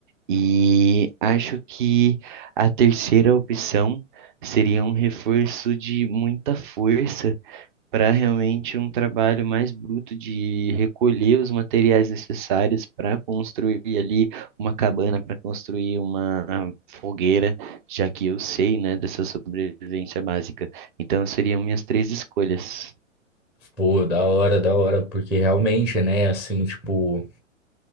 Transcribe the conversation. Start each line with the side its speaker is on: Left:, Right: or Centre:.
Right: E acho que a terceira opção seria um reforço de muita força para realmente um trabalho mais bruto de recolher os materiais necessários para construir ali uma cabana, para construir uma fogueira, já que eu sei, né, dessa sobrevivência básica. Então seriam minhas três escolhas.
Centre: Pô, da hora, da hora, porque realmente, né, assim, tipo,